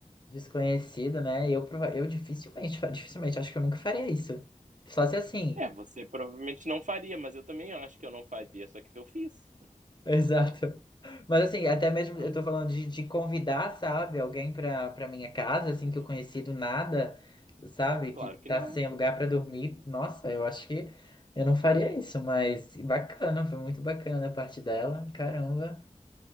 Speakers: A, on the left; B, on the right.
A: desconhecido, né? Eu, prova- eu dificilmente, fa- dificilmente, acho que eu nunca faria isso. Só se assim,
B: É, você provavelmente não faria, mas eu também acho que eu não faria, só que eu fiz.
A: <laughs> exato. Mas assim, até mesmo
B: Ah,
A: eu tô falando de, de convidar, sabe, alguém pra, pra minha casa, assim,
B: ne-
A: que eu conheci do nada, sabe, que
B: Claro que
A: tá
B: não.
A: sem lugar pra dormir. Nossa, eu acho que eu não faria isso, mas bacana, foi muito bacana a parte dela, caramba.